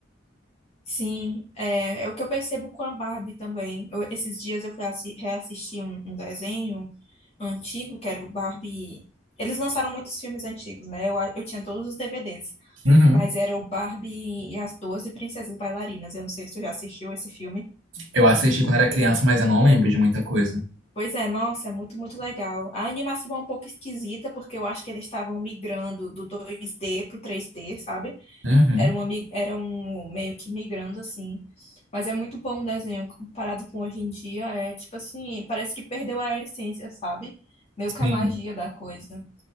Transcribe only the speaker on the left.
Sim, é, é o que eu percebo com a Barbie também. Eu- esses dias eu fui assi- reassistir um, um desenho antigo, que era o Barbie. Eles lançaram muitos filmes antigos, né? Eu, a- eu tinha todos os DVDs,
mas era o Barbie e as Doze Princesas Bailarinas. Eu não sei se tu já assistiu esse filme.
Pois é, nossa, é muito, muito legal. A animação é um pouco esquisita, porque eu acho que eles estavam migrando do dois d pro três d sabe?
Era uma, mi- era um meio que migrando assim. Mas é muito bom o desenho, comparado com hoje em dia, é tipo assim, parece que perdeu a essência, sabe? Meio que
a magia da coisa.